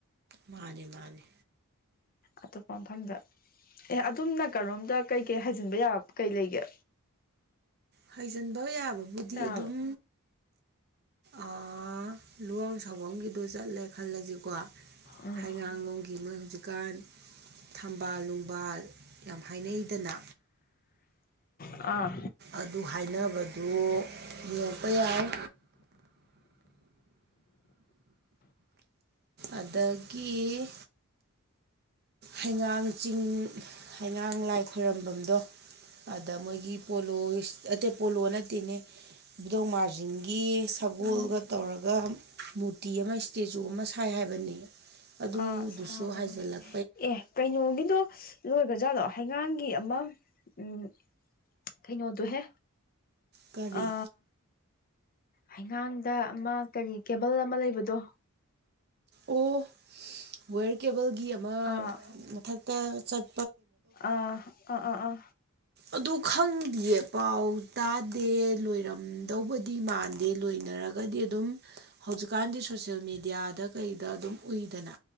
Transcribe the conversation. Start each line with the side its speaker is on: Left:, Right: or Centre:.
Right: ꯃꯥꯅꯤ ꯃꯥꯅꯤ
Left: ꯑꯇꯣꯞꯄ ꯃꯐꯝꯗ ꯑꯦ ꯑꯗꯨꯝꯅ ꯅꯀꯟꯔꯣꯝꯗ ꯀꯩꯀꯩ ꯍꯥꯏꯖꯤꯟꯕ ꯌꯥꯕ ꯀꯩ ꯂꯩꯒꯦ
Right: ꯍꯥꯏꯖꯤꯟꯕ ꯌꯥꯕꯕꯨꯗꯤ
Left: ꯌꯥꯕ
Right: ꯑꯗꯨꯝ ꯑ ꯂꯨꯋꯥꯎꯁꯥꯡꯕꯝꯒꯤꯗꯨ ꯆꯠꯂꯦ ꯈꯜꯂꯁꯤꯀꯣ
Left: ꯎꯝ
Right: ꯍꯩꯉꯥꯡ ꯂꯣꯝꯒꯤ ꯃꯣꯏ ꯍꯧꯖꯤꯛꯀꯥꯟ ꯊꯝꯕꯥꯜ ꯅꯨꯡꯕꯥꯜ ꯌꯥꯝ ꯍꯥꯏꯅꯩꯗꯅ
Left: ꯑꯥ
Right: ꯑꯗꯨ ꯍꯥꯏꯅꯕꯗꯨ ꯌꯦꯡꯕ ꯌꯥꯏ ꯑꯗꯒꯤ ꯍꯩꯉꯥꯡ ꯆꯤꯡ ꯍꯩꯉꯥꯡ ꯂꯥꯏ ꯈꯣꯏꯔꯝꯕꯝꯗꯣ ꯑꯗ ꯃꯣꯏꯒꯤ ꯄꯣꯂꯣ ꯄꯣꯂꯣ ꯅꯠꯇꯦꯅꯦ ꯏꯕꯨꯙꯧ ꯃꯔꯖꯤꯡꯒꯤ ꯁꯒꯣꯜꯒ
Left: ꯎꯝ
Right: ꯇꯧꯔꯒ ꯃꯨꯔꯇꯤ ꯑꯃ ꯇꯦꯖꯨ ꯑꯃ ꯁꯥꯏ ꯍꯥꯏꯕꯅꯤ ꯑꯗꯨꯗꯨꯁꯨ
Left: ꯑꯥ ꯁꯥꯕꯅꯦ
Right: ꯍꯥꯏꯖꯤꯜꯂꯛ
Left: ꯑꯦ ꯀꯩꯅꯣꯒꯤꯗꯣ ꯂꯣꯏꯒ꯭ꯔꯖꯠꯂꯣ ꯍꯩꯉꯥꯡꯒꯤ ꯑꯃ ꯎꯝ ꯀꯩꯅꯣꯗꯣꯍꯦ
Right: ꯀꯔꯤ
Left: ꯑ ꯍꯩꯉꯥꯡꯗ ꯑꯃ ꯀꯔꯤ ꯀꯦꯕꯜ ꯑꯃ ꯂꯩꯕꯗꯣ
Right: ꯑꯣ ꯋꯦꯌꯔ ꯀꯦꯕꯜꯒꯤ ꯑꯃ
Left: ꯑꯥ
Right: ꯃꯊꯛꯇ ꯆꯠ
Left: ꯑꯥ ꯑꯥ ꯑꯥ ꯑꯥ
Right: ꯑꯗꯨ ꯈꯪꯗꯤꯌꯦ ꯄꯥꯎ ꯇꯗꯦ ꯂꯣꯏꯔꯝꯗꯧꯕꯗꯤ ꯃꯥꯟꯗꯦ ꯂꯣꯏꯅꯔ ꯒꯗꯤ ꯑꯗꯨꯝ ꯍꯧꯖꯤꯛꯀꯥꯟꯗꯤ ꯁꯣꯁꯌꯦꯜ ꯃꯦꯗꯤꯌꯥꯗ ꯀꯩꯗ ꯑꯗꯨꯝ ꯎꯏꯗꯅ